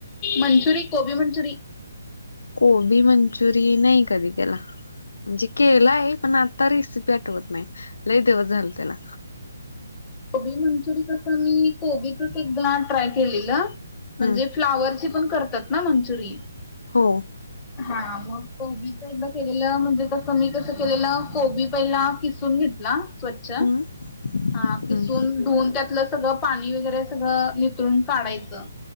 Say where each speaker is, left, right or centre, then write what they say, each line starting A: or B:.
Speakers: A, on the left; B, on the left.
A: मंचुरी कोबी मंचुरी
B: कोबी मंचुरि नाही कधी केला, म्हणजे केलाय पण आ या रेसिपी आठवत नाही, लय दिवस झालं त्याला.
A: ह कोबी मंचुरी करता मी कोबीचच एकदा ट्राय केलेलं. म्हणजे
B: हम्म
A: फ्लावरची पण करतात ना मंचुरिन?
B: हो.
A: हां मग कोबीच एकदा केलेलं, म्हणजे कस मी कसं केलेलं कोबी पहिला किस् तून घेतला च
B: हम्म
A: हा किसून
B: हम्म
A: धून त्यातलं सगळं पाणी वगैरे सगळं तून काढायचं.